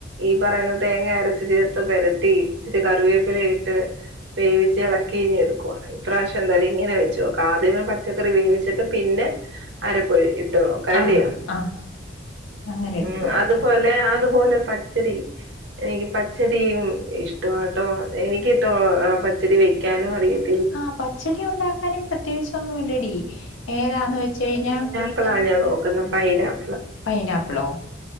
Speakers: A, on the right; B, on the left.
A: ഈ പറയുന്ന തേങ്ങ അരച്ച് ചേർത്ത് പെരട്ടി ഇച്ചിരി കറിവേപ്പില ഇ ട്ട് വേവിച്ച് എളക്കി ഇങ് എടുക്കുവാണ് ഇപ്രാവശ്യം എന്തായാലും ഇങ്ങനെ വെച്ചു നോക്ക ആദ്യമെ പച്ചക്കറി വേവിച്ചിട്ട് പിന്നെ അരപ്പൊഴി ട്ട് ഓക്കാലെ
B: ആഹ് ആഹ് അങ്ങനെ എടുത്ത്
A: ഉം
B: നോക്ക്
A: അതുപോലെ അതുപോലെ ച്ചടി എനിക്ക് പച്ചടിയും ഇഷ്ടംട്ടോ എനിക്ക് ക്ക് ട്ടോഅ പച്ചരി വെക്കാനും അറിയത്
B: ആഹ പച്ചടി ഉണ്ടാക്കാനും പ്രത്യേകിച്ച ഒന്നുംല്ലടി ഏതാന്ന് വെച്ച് കഴിഞ്ഞാ
A: ഇപ്പളാണ് ഞാൻ നോക്കുന്ന പൈനാപ്പിൾ ആഹ
B: പൈനാപ്പിളോ